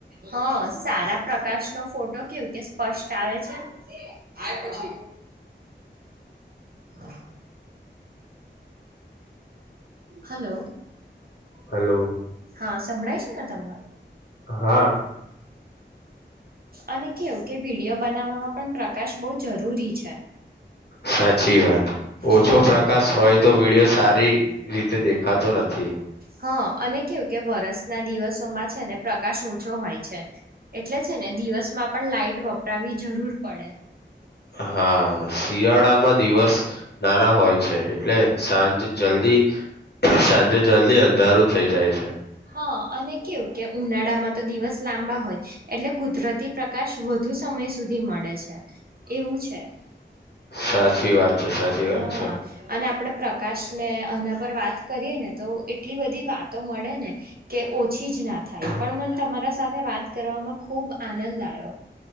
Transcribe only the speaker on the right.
હ સારા પ્રકાશ નો ફોટો કેવું કે સ્પષ્ટ આવે છે <inaudible> હલો
હા સંભળાય છે ને તમને
અને કેવું કે વિડીિયો બનાવવામાં પણ પ્રકાશ બહુ જરૂરી છે
હા
હા અને કેવું કે વરષના દિવસોમાં છેને પ્રકાશ ઓછો હોય છે એટલે ને દિવસમાં પણ લાઈટ વપરાવી જરૂર પડે
હા અને કેવું કે ઉનાળામાં તો દિવસ લાંબા હોય એટલે કુદરતી પ્રકાશ વધુ સમય સુધી મળે છે એવું છે
હા
અને આપડે પ્રકાશ ને એના પર વાત કરીએ ને તો એટલી બધી વાત તો મળે ને કે ઓછી જ ના થાય પણ મને તમારા સાથે વાત કરવામાં ખુબ આનંદ આવ્યો